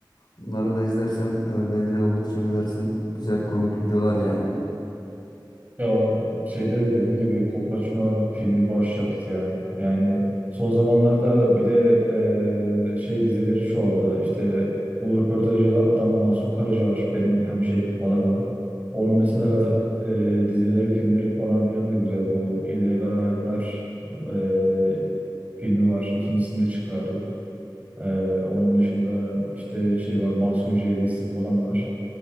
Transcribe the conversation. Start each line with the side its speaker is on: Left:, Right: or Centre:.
Left: Bunları da izlersen e, bence oldukça gülersin. Güzel komik videolar yani.
Right: Ya o şeyde dediğim gibi Kolpaçino filmi başyapıt ya. Yani son zamanlarda bir de eee, şey dizileri çoğaldı. İşte bu röportajda adam Masum Karaca var. Benim hemşerim Adanalı. Onun mesela
Left: Evet.
Right: eee, dizileri, filmleri falan filan da güzel. Bu İllegal Hayatlar eee, filmi var. İkincisini de çıkardı. Eee, onun dışında işte şey var Mahsun J dizisi falan var.